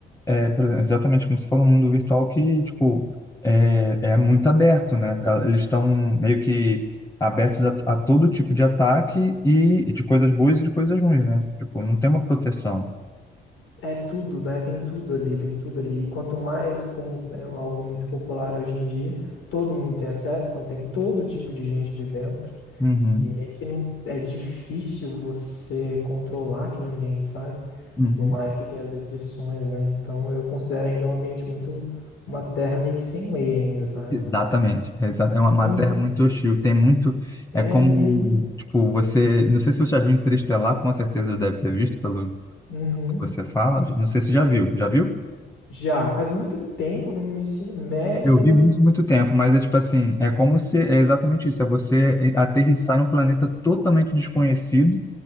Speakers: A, on the left (about 15°); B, on the left (about 80°).
A: é, por exemplo, exatamente como você falou, um mundo virtual que, tipo, é, é muito aberto, né? Ah, Eles estão meio que abertos a, a todo tipo de ataque e de coisas boas e de coisas ruins, né? Tipo, não tem uma proteção.
B: É tudo, né? Tem tudo ali, tem tudo ali. E quanto mais, como é um, algo muito popular hoje em dia, todo mundo tem acesso, então tem todo tipo de gente ali dentro.
A: Uhum,
B: E meio que não é difícil você controlar aquele ambiente, sabe?
A: uhum.
B: Por mais que tenha as restrições, né? Então eu considero ainda um ambiente muito uma terra meio que sem lei ainda, sabe?
A: Exatamente. É exa- é uma uma
B: Ainda
A: terra muito hostil. Tem muito.
B: é
A: É como,
B: mesmo.
A: tipo, você. Não sei se você já viu Interestelar, com certeza deve ter visto pelo que
B: Uhum.
A: você fala. Não sei se já viu. Já viu?
B: Já faz muito tempo eu vim no meu ensino médio,
A: Eu
B: mas
A: vi
B: eu
A: muito, muito tempo, mas é tipo assim, é como se, é exatamente isso, é você aterrissar em um planeta totalmente desconhecido